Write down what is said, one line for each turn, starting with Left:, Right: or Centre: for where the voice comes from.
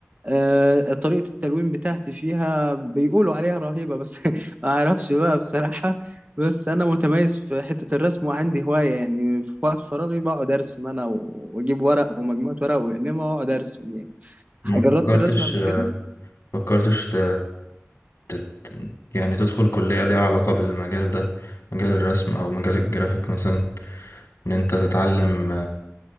Right: آه، طريقة التلوين بتاعتي فيها بيقولوا عليها رهيبة بس <laughs> ما اعرفش بقى بصراحة بس انا متميز في حتة الرسم وعندي هواية يعني في وقت فراغي بقعد ارسم انا و- واجيب ورق ومجموعة ورق وأقلمها واقعد ارسم يعني
Left: ما فكرتش
Right: جربت الرسم قبل كده
Left: فكرتش ت... ت... يعني تدخل كلية ليها علاقة بالمجال ده مجال الرسم أو مجال الجرافيك مثلا إن أنت تتعلم